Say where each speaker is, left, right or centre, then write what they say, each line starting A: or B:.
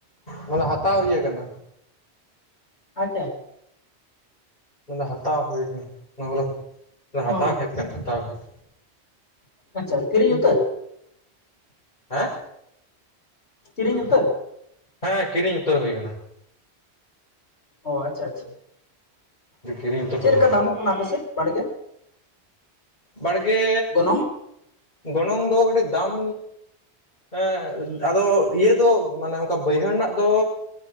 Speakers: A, on the left; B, on the left.
A: ᱢᱟᱱᱮ ᱦᱟᱛᱟᱣ ᱤᱭᱟᱹ ᱠᱟᱱᱟ᱾
B: ᱟᱪᱪᱷᱟ᱾
A: ᱱᱚᱣᱟ ᱫᱚ ᱦᱟᱛᱟᱣ ᱦᱳᱭ ᱠᱟᱱᱟ ᱱᱚᱣᱟ ᱠᱚᱫᱚ ᱦᱟᱛᱟᱣ
B: ᱚ
A: ᱠᱷᱮᱛ ᱠᱟᱱᱟ ᱦᱟᱛᱟᱣ ᱠᱷᱮᱛ᱾
B: ᱟᱪᱪᱷᱟ ᱠᱤᱨᱤᱧ ᱩᱛᱟᱹᱨ᱾
A: ᱦᱮᱸ
B: ᱠᱤᱨᱤᱧ ᱩᱛᱟᱹᱨ᱾
A: ᱦᱮᱸ ᱠᱤᱨᱤᱧ ᱩᱛᱟᱹᱨ ᱦᱳᱭ ᱠᱟᱱᱟ᱾
B: ᱚ ᱟᱪᱪᱷᱟ, ᱟᱪᱪᱷᱟ
A: ᱠᱤᱨᱤᱧ ᱩᱛᱟᱹᱨ
B: ᱪᱮᱫ
A: ᱦᱩᱭ
B: ᱞᱮᱠᱟ ᱫᱟᱢᱚᱜ ᱠᱟᱱᱟ ᱟᱯᱮ ᱥᱮᱫ ᱵᱟᱲᱜᱮ?
A: ᱵᱟᱲᱜᱮ
B: ᱜᱚᱱᱚᱝ
A: ᱜᱚᱱᱚᱝ ᱫᱚ ᱠᱟᱹᱴᱤᱡ ᱫᱟᱢ ᱦᱮᱸ ᱟᱫᱚ ᱤᱭᱟᱹ ᱫᱚ ᱢᱟᱱᱮ ᱚᱱᱠᱟ ᱵᱟᱹᱭᱦᱟᱹᱲ ᱨᱮᱱᱟᱜ ᱫᱚ᱾